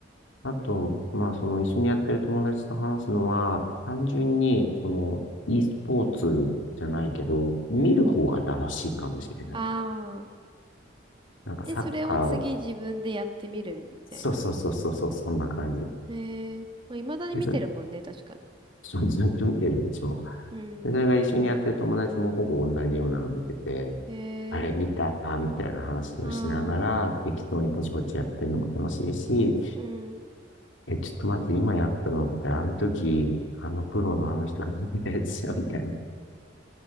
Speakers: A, on the left; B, on the right.
A: あと、まあその一緒にやってる友達と話すのは、単純に、その、e スポーツじゃないけど、見る方が楽しいかもしれない。
B: うん。ああ。
A: なんかサッカーを、
B: で、それを次自分でやってみるみたいな感じ。
A: そうそうそうそうそう、そんな感じ。
B: へえ。まあ、未だに見てるもんね、
A: で、そ
B: 確かに。
A: <laughs> そずっと見てるでしょ。
B: うん。
A: で、それが一緒にやってる友達もほぼ同じようなの見てて、
B: へ
A: あれ見たみたいな話をしながら、
B: え。ああ、
A: 適当にポチポチやってるのも楽しいし、
B: うん。
A: え、ちょっと待って、今やったのって、あの時、あのプロのあの人が見たやつじゃんみたいな。